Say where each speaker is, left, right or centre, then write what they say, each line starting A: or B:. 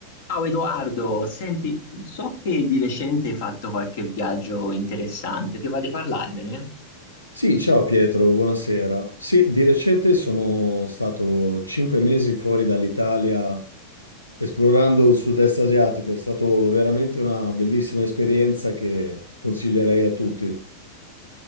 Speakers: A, on the left; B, on the left.
A: Ciao Edoardo, senti, so che di recente hai fatto qualche viaggio interessante, ti va di parlarmene?
B: Sì, ciao Pietro, buonasera. Sì, di recente sono stato cinque mesi fuori dall'Italia esplorando il sud-est asiatico. È stata veramente una bellissima esperienza che consiglierei a tutti.